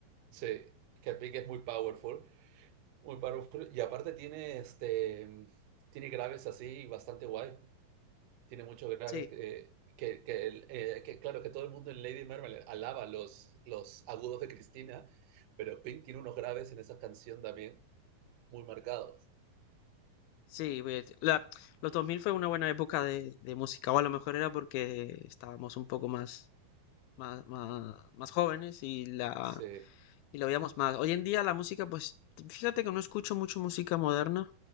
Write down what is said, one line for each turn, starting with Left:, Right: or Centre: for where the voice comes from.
Right: sí, es que Pink es muy powerful, muy powerful, y aparte tiene, este, mm, tiene graves así bastante guay, tiene muchos graves
Left: Sí.
Right: que, que, que el- eh, que claro, que todo el mundo en Lady Marmalade alaba los, los agudos de Cristina, pero Pink tiene unos graves en esa canción también muy marcados.
Left: Sí, pues, la, los 2000 fue una buena época de, de música, o a lo mejor era porque estábamos un poco más, más, más, más jóvenes y la,
Right: Sí,
Left: y lo veíamos más. Hoy en día la música, pues fíjate que no escucho mucho música moderna